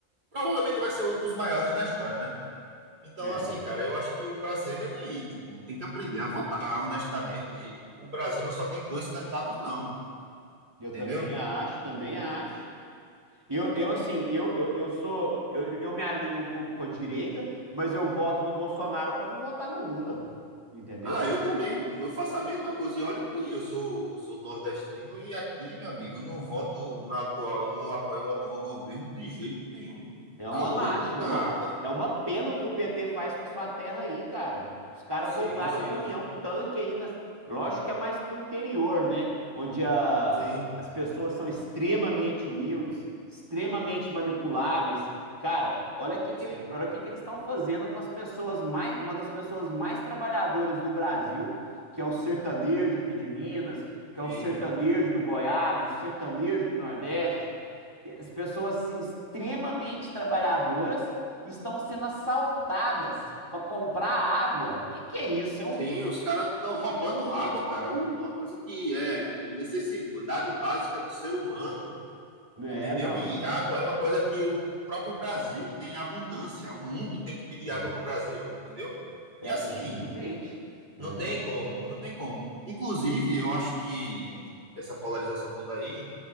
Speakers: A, on the right; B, on the right.
A: provavelmente vai ser um dos maiores da história, né? Então,
B: É,
A: assim, cara, eu acho que o brasileiro, ele, tipo, tem que aprender a votar, honestamente. O Brasil não só tem dois candidatos, não,
B: eu
A: entendeu?
B: também acho, também acho. Eu, eu assim, eu, eu, eu sou. Eu, eu me alinho um pouco com a direita, mas eu voto no Bolsonaro para não votar no Lula. Entendeu?
A: Ah, eu também, eu faço a mesma coisa. E olha que eu sou, eu sou nordestino e aqui, meu amigo, eu não voto na atual, não apoio o atual governo de jeito nenhum.
B: É uma
A: Tá louco,
B: lástima,
A: cara?
B: é uma, é uma pena o que o PT faz com a sua terra aí, cara. Os caras
A: Sim,
B: voltaram
A: sim,
B: caminhão tanque aí nas... Lógico que é mais pro interior, né? Onde a-
A: sim,
B: as pessoas são extremamente humildes, extremamente manipuláveis. Cara, olha o que que
A: sim,
B: ele- olha o que que eles estão fazendo com as pessoas mais, uma das pessoas mais trabalhadoras do Brasil, que é o sertanejo aqui de Minas, que é
A: sim.
B: o sertanejo do Goiás, o sertanejo do Nordeste. As pessoas assim, extremamente trabalhadoras estão sendo assaltadas para comprar água. O que que é isso? É um.
A: Sim, os caras estão roubando água, cara. O- Uma coisa que é, tipo, necessidade básica do ser humano.
B: É,
A: entendeu?
B: não.
A: E água é uma coisa que o próprio Brasil tem abundância, o mundo tem que pedir
B: É,
A: água para o Brasil, entendeu?
B: é,
A: E assim,
B: exatamente. É.
A: não tem como, não tem como. Inclusive, eu acho que essa polarização toda aí,